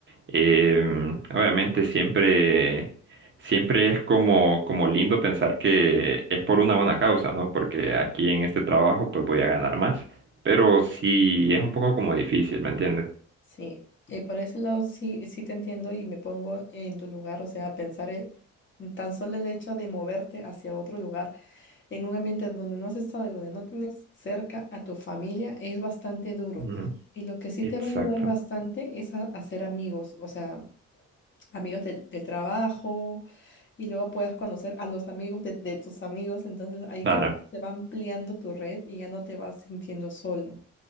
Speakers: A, on the right; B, on the left.
A: Eh, obviamente siempre, siempre es como, como lindo pensar que es por una buena causa, ¿no? Porque aquí en este trabajo pues voy a ganar más. Pero sí es un poco como difícil, ¿me entiendes?
B: Sí, eh, por ese lado sí, sí te entiendo y me pongo en tu lugar, o sea, pensar eh, tan solo el hecho de moverte hacia otro lugar, en un ambiente donde no has estado y donde no tienes cerca a tu familia, es bastante duro.
A: Ujú,
B: Y lo que sí
A: Exacto.
B: te va a ayudar bastante es a hacer amigos, o sea, amigos del, del trabajo y luego puedas conocer a los amigos de, de tus amigos, entonces ahí
A: Claro.
B: como que se va ampliando tu red y ya no te vas sintiendo solo.